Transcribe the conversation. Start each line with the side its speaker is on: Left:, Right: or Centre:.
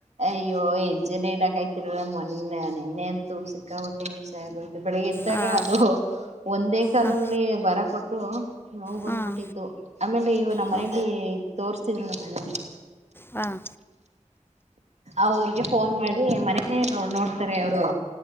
Right: ಅಯ್ಯೋ ಹೆಜ್ಜನೆ ಇಡಾಕಾಯ್ ತಿಲ್ಲ ಮೊನ್ನೆಯ್ ನೆನ್ನೆ ಅಂತೂ ಸಿಕ್ಕಾಪಟ್ಟೆ ಹಿಂಸೆ ಆಗೋಯ್ ಬೆಳಿಗ್ಗೆ ಎದ್ದಾಗ
Left: ಹಾಂ
Right: ಅದು ಒಂದೇ ಕಾಲಲ್ಲಿ
Left: ಹಾಂ
Right: ಬರ ಕೊಟ್ ತೊ ನೋವು ಬಂದ್ಬಿಟ್ಟಿತ್ತು
Left: ಹಾಂ
Right: ಆಮೇಲೆ ಇವು ನಮ್
Left: ಹಾಂ
Right: ಮನೆಲ್ಲಿ ತೋರಿಸ್ತಿದ್ರು ನಮ್ಮಣ್ಣಂಗೆ.
Left: ಹಾಂ
Right: ಅವ್ರ್ಗೆ ಫೋನ್ ಮಾಡಿ ಮನೆನೆ ನೋಡ್ತಾರೆ ಅವರು.